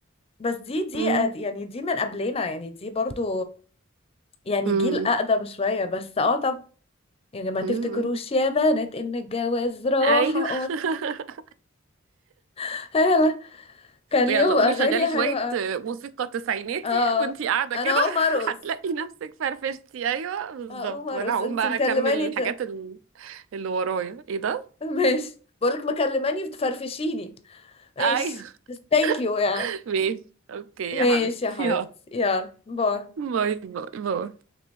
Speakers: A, on the left (about 30°); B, on the right (about 70°).
A: بس دي دي
B: مم.
A: آه، يعني دي من قبلنا يعني دي برضو يعني
B: مم.
A: جيل اقدم شوية بس اه طب يعني ما تفتكروش
B: مم.
A: يا بنات ان الجواز راحة
B: ايوه <laughs>
A: <laughs> هلا كان
B: يلا
A: ليهم
B: قومي
A: اغاني
B: شغلي شوية
A: حلوة أوي.
B: موسيقى تسعيناتي
A: اه
B: وانتي قاعدة
A: انا
B: كده
A: هقوم ارقص
B: <laughs> هتلاقي نفسك فرفشتي ايوه بالظبط
A: اه عمر
B: وانا
A: بس
B: هقوم
A: انت
B: بقى
A: مكلماني
B: اكمل الحاجات
A: ت...
B: ال- اللي ورايا ايه ده
A: ماشي بقولك مكلماني بتفرفشيني ماشي
B: ايوه
A: ثانك يو يعني
B: <laughs> ماشي اوكي
A: ماشي
B: يا حبيبتي
A: يا حبيبتي
B: يلا
A: يلا باي
B: باي باي باي